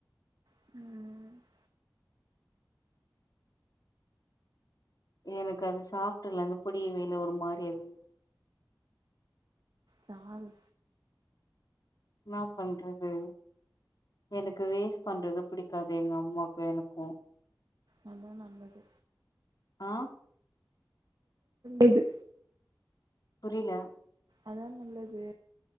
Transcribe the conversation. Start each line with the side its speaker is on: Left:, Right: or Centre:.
Right: ம்
Left: எனக்கு அது சாப்படல அந்து பொடியவே இல்ல ஒரு மாரியாவே இந்தது
Right: தாரு
Left: இன்னா பண்றது எனக்கு வேஸ்ட் பண்றது புடிக்காது எங்க அம்மாக்கும் எனக்கும்
Right: நல்லா நல்லது
Left: ஆ
Right: எது
Left: புரில
Right: அதா நல்லது